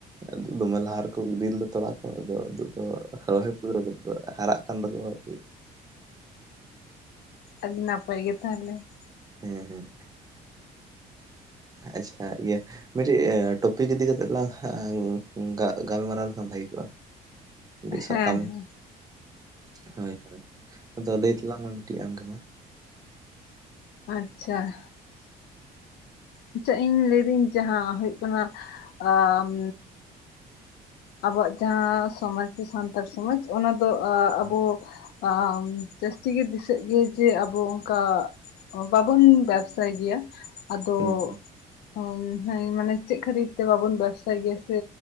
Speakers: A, on the right; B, on the left.
A: ᱟᱫᱚ ᱫᱚᱢᱮ ᱞᱟᱦᱟ ᱨᱮᱠᱚ ᱜᱤᱰᱤ ᱞᱮᱫᱮ ᱛᱚᱲᱟ ᱠᱚ ᱟᱫᱚ <unintelligible> ᱛᱚ ᱨᱚᱦᱚᱭ ᱯᱩᱣᱟᱹᱣ <unintelligible> ᱠᱚ ᱦᱟᱨᱟᱜ ᱠᱟᱱ ᱛᱟᱠᱚᱣᱟ ᱾
B: ᱟᱹᱰᱤ ᱱᱟᱯᱟᱭ ᱜᱮ ᱛᱟᱦᱚᱞᱮ ᱾
A: ᱦᱮᱸ ᱦᱮᱸ, ᱟᱪᱪᱷᱟ ᱤᱭᱟᱹ ᱢᱤᱫᱴᱤᱡ ᱴᱚᱯᱤᱠ ᱤᱫᱤ ᱠᱟᱛᱮᱜ ᱞᱟᱝ ᱜᱟ ᱜᱟᱞᱢᱟᱨᱟᱣ ᱞᱮᱠᱷᱟᱱ ᱵᱷᱟᱜᱮ ᱠᱚᱜᱼᱟ ᱾ ᱢᱤᱫᱴᱤᱡ ᱥᱟᱛᱟᱢ
B: ᱦᱮᱸ ᱦᱮᱸ
A: ᱦᱳᱭ ᱦᱳᱭ ᱟᱫᱚ ᱞᱟᱹᱭ ᱛᱟᱞᱟᱝ ᱢᱮ ᱢᱤᱫᱴᱤᱡ ᱟᱢ ᱜᱮ ᱢᱟ ᱾
B: ᱟᱪᱪᱷᱟ ᱾ ᱟᱪᱪᱷᱟ ᱤᱧ ᱞᱟᱹᱭᱫᱟᱹᱧ ᱡᱟᱦᱟᱸ ᱦᱳᱭᱳᱜ ᱠᱟᱱᱟ ᱟᱸᱻᱢ ᱟᱵᱚᱣᱟᱜ ᱡᱟᱦᱟᱸ ᱥᱚᱢᱟᱡᱽ ᱥᱮ ᱥᱟᱱᱛᱟᱲ ᱥᱚᱢᱟᱡᱽ ᱚᱱᱟ ᱫᱚ ᱟᱸ
A: ᱦᱩᱸ
B: ᱟᱵᱚ ᱟᱸ ᱡᱟᱹᱥᱛᱤ ᱜᱮ ᱫᱤᱥᱟᱹᱜ ᱜᱮᱭᱟ ᱡᱮ ᱟᱵᱚ ᱚᱱᱠᱟ ᱵᱟᱵᱚᱱ ᱵᱮᱵᱥᱟᱭ ᱜᱮᱭᱟ ᱟᱫᱚ
A: ᱦᱩᱸ
B: ᱦᱳᱭ ᱦᱮᱸ ᱢᱟᱱᱮ ᱪᱮᱫ ᱠᱷᱟᱹᱛᱤᱨ ᱛᱮ ᱵᱟᱵᱚᱱ ᱵᱮᱵᱥᱟᱭ ᱜᱮᱭᱟ ᱥᱮ